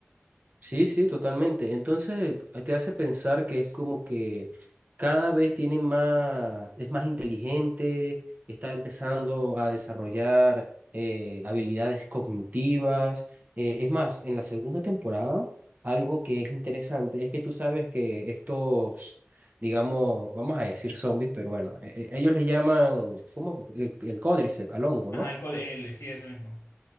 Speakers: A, on the right; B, on the left.
A: Sí, sí, totalmente. Entonces a- te hace pensar que es como que cada vez tiene más, es más inteligente, está empezando a desarrollar eh, habilidades cognitivas. Eh, es más, en la segunda temporada, algo que es interesante es que tú sabes que estos, digamos, vamos a decir zombies, pero bueno, e- e- ellos le llaman, ¿cómo? El, el Códriceps, al hongo,
B: Ajá,
A: ¿no?
B: el, co- el- sí, eso mismo.